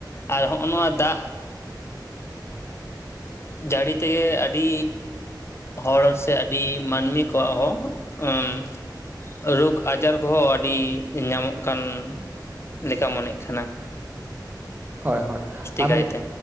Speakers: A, on the left; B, on the right.
A: ᱟᱨ ᱦᱚᱸᱜᱼᱚ ᱱᱚᱣᱟ ᱫᱟᱜ ᱡᱟᱲᱤ ᱛᱮᱜᱮ ᱟᱹᱰᱤ ᱦᱚᱲ ᱥᱮ ᱟᱰᱤ ᱢᱟᱱᱢᱤ ᱠᱚᱣᱟᱜ ᱦᱚᱸ ᱩᱢ ᱨᱳᱜᱽ ᱟᱡᱟᱨ ᱠᱚᱦᱚᱸ ᱟᱰᱤ ᱧᱟᱢᱚᱜ ᱠᱟᱱ ᱞᱮᱠᱟ ᱢᱚᱱᱮᱜ ᱠᱟᱱᱟ ᱾
B: ᱦᱳᱭ-ᱦᱳᱭ ᱾ ᱟᱢ
A: ᱠᱟᱭᱛᱮ
B: ᱧᱮ